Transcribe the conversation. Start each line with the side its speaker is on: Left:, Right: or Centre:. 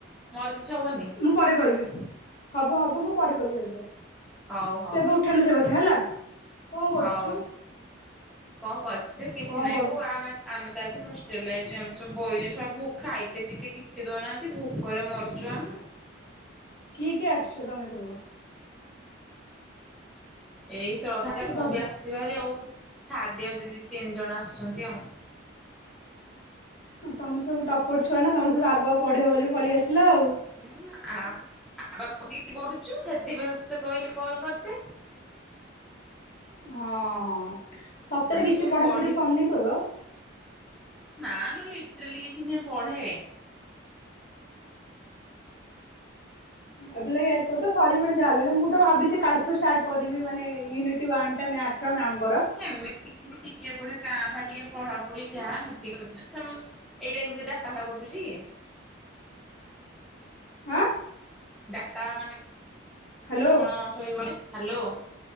Centre: ମୋର କିଛି ହବନି।
Left: ମୁଁ ପରେ କହିବି ହବ ହବ ମୁଁ ପରେ କହିବି ସେତେବେଳେ।
Centre: ହଉ ହଉ
Left: ତ ଏବେ ଉଠାନୁ ସେ କଥା ହେଲା। କଣ କରୁଛୁ
Centre: ହଉ କଣ କରଛୁ କିଛି
Left: କଣ
Centre: ନାଇଁ
Left: କରୁ
Centre: ପୁ ଆମେ ଆମେ ତ ଆଜି ହଷ୍ଟେଲ ଆଇଚୁ ଆମେ ସବୁ ବହି ସବୁ ଖାଇତେ ପିଇତେ କିଛି ଦଉନାହାନ୍ତି ଭୋକରେ ମରୁଛୁ ଆମେ।
Left: କି କି ଆସଛ ତମେ ସବୁ।
Centre: ଏଇ ଶ୍ରଦ୍ଧା ମୁଁ
Left: ସବୁ
Centre: ବି ଆସିଚି ବାରି ଆଉ ଥାର୍ଡ ଇୟର ଦି ତିନି ଜଣ ଆସୁଛନ୍ତି ଆଉ।
Left: ତମେ ସବୁ ଟପର ଛୁଆ ନା ତମେ ସବୁ ଆଗୁଆ ପଢିବ ବୋଲି ପଳେଇ ଆସିଲା ଆଉ।
Centre: ହୁଁ ଆଉ <inaudible> ସେଥିପାଇଁତେ କହିଲେ କଲ୍ କରିଦେ।
Left: ହଁ ହଁ ସତରେ
Centre: ଆମେ
Left: କିଛି
Centre: ସବୁ
Left: ପଢାପଢି
Centre: ପଢିକି
Left: ସରିନି ତୋର?
Centre: ନା ଲୋ ଲିଟ୍ରାଲି କିଛି ନୁହେଁ ପଢେ।
Left: ଅଦୁଲ ଭାଇ ତୋର ତ ସରିବଣି ଯାହାବି ହେଲେ ମୁଁ ତ ଭାବିଛି କାଲିଠୁ ଷ୍ଟାର୍ଟ କରିବି ମାନେ ୟୁନିଟ୍ ୱାନ ଟା ମ୍ୟାଥ। ସେ ପା ମ୍ୟାମ୍ କର।
Centre: ଏମିତିତି ଟିକେ ଗୋଟେ କାଁ ଭା ଟିକେ ପଢାପଢି ଯାହା ହେତିକି ଅଛି ନା ସେମେ ଏଇଟା ଏମିତି ଡାଟା ଫା କଟୁଚି।
Left: ଆଁ।
Centre: ଡାଟା ମାନେ
Left: ହ୍ୟାଲୋ
Centre: କେତେ କଣ ସରିବନ ହ୍ୟାଲୋ।